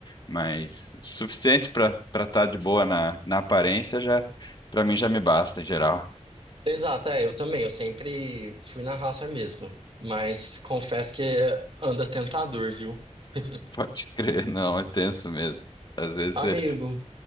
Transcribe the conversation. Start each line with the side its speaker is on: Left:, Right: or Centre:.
Left: Mas suficiente pra para estar de boa na, na aparência já para mim já me basta em geral.
Right: Exato, é, eu também, eu sempre fui na raça mesmo, mas confesso que anda tentador, viu? <laughs>
Left: <laughs> Pode crer, não, é tenso mesmo. Às vezes
Right: Amigo,
Left: você,